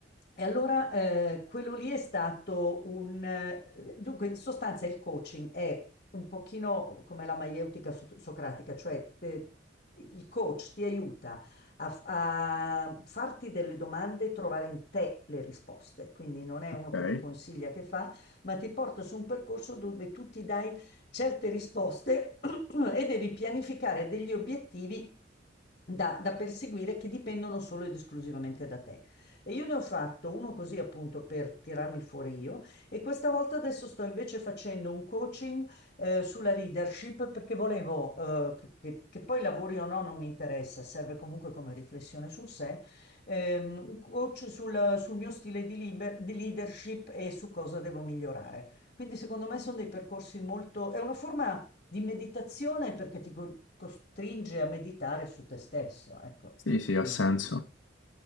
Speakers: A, on the left; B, on the left.
A: E, allora eh, quello lì è stato un... eh, Dunque, in sostanza il coaching è un pochino come la maieutica so- socratica, cioè te- il coach ti aiuta a, f- a farti delle domande e trovare in te le risposte. Quindi non è
B: Ok,
A: uno che ti consiglia che fa, ma ti porta su un percorso dove tu ti dai certe risposte <clears throat> e devi pianificare degli obiettivi da, da perseguire che dipendono solo ed esclusivamente da te. E io ne ho fatto uno così appunto per tirarmi fuori io e questa volta adesso sto invece facendo un coaching eh, sulla leadership perché volevo eh, che, che- che poi lavori o no non mi interessa, serve comunque come riflessione sul sé, ehm, un coach sul, sul mio stile di, liber- di leadership e su cosa devo migliorare. Quindi secondo me sono dei percorsi molto... è una forma di meditazione perché ti co- costringe a meditare su te stesso, ecco.
B: sì, sì,
A: Quindi,
B: ha senso.